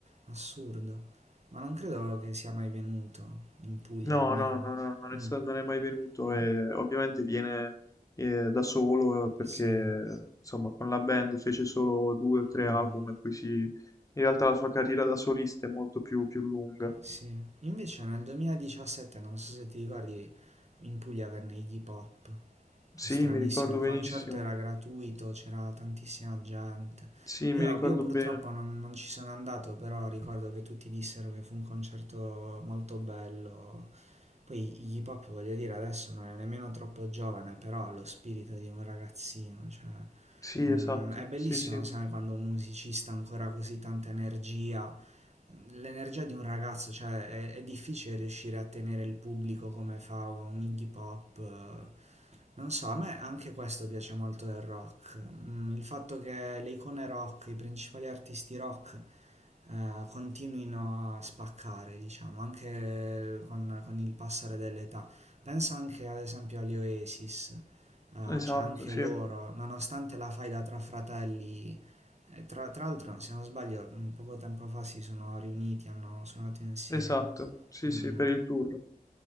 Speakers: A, on the right; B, on the left.
A: Assurdo. Ma non credo che sia mai venuto, in Puglia
B: no,
A: almeno.
B: no, no, no, non
A: Mm,
B: è, sta- non è mai venuto
A: mm,
B: e ovviamente viene eh, da solo eh, perché
A: sì,
B: insomma con la band fece solo due o tre
A: mm,
B: album e poi si... In realtà la sua carriera da solista è molto più più lunga.
A: sì. Invece nel 2017, non so se ti ricordi, in Puglia venne Iggy Pop.
B: Sì,
A: stranissimo,
B: mi ricordo
A: il concerto
B: benissimo.
A: era gratuito, c'era tantissima gente.
B: Sì,
A: Io,
B: mi
A: no,
B: ricordo
A: io purtroppo
B: bene.
A: non, non ci sono andato, però ricordo che tutti dissero che fu un concerto molto bello. Poi Iggy Pop, voglio dire, adesso non è nemmeno troppo giovane, però ha lo spirito di un ragazzino, cioè,
B: Sì,
A: mm,
B: esatto.
A: è bellissimo,
B: Sì, sì.
A: sai, quando un musicista ha ancora così tanta energia, l'energia di un ragazzo, cioè, è, è difficile riuscire a tenere il pubblico come fa un Iggy Pop, eh, non so, a me anche questo piace molto del rock, Mm, il fatto che le icone rock, i principali artisti rock eh, continuino a spaccare, diciamo, anche con, con il passare dell'età. Pensa anche ad esempio agli Oasis, eh,
B: Esatto,
A: cioè anche
B: sì.
A: loro, nonostante la faida tra fratelli, eh, tra, tra l'altro se non sbaglio mm, poco tempo fa si sono riuniti, hanno suonato insieme.
B: Esatto. Sì,
A: Mm,
B: sì,
A: mm.
B: per il tour.